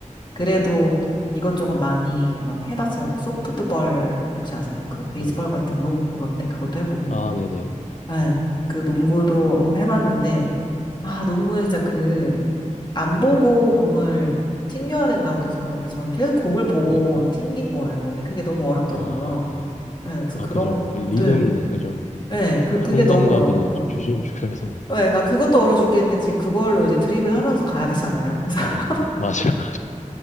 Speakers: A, on the left; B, on the left.
A: 그래도
B: 네네.
A: 이것저것 많이 막 해봤어요. 뭐 소프트볼 혹시 아세요? 그 베이스볼
B: 어,
A: 같은
B: 네.
A: 농구 같은 그것도 해보고.
B: 아, 네네.
A: 네, 그 농구도 해봤는데, 아, 농구는 진짜 그, 안 보고 공을 튕겨야 된다고 계속 그러는데, 저는 계속 공을 보고
B: 아, 아,
A: 튕긴 거예요. 근데 그게 너무 어렵더라고요.
B: 아,
A: 네, 그래서
B: 아,
A: 그런,
B: 그죠. 그 리듬,
A: 늘,
B: 네, 그죠.
A: 네, 그,
B: 손
A: 그게 너무
B: 감각이
A: 어렵고.
B: 주심 중요해서.
A: 네, 그러니까 그것도 어려워 죽겠는데, 지금 그걸로 이제 드립을 하면서 가야 되잖아요. 그래서, <laughs>
B: 그죠. 맞아요. <laughs> 맞아요.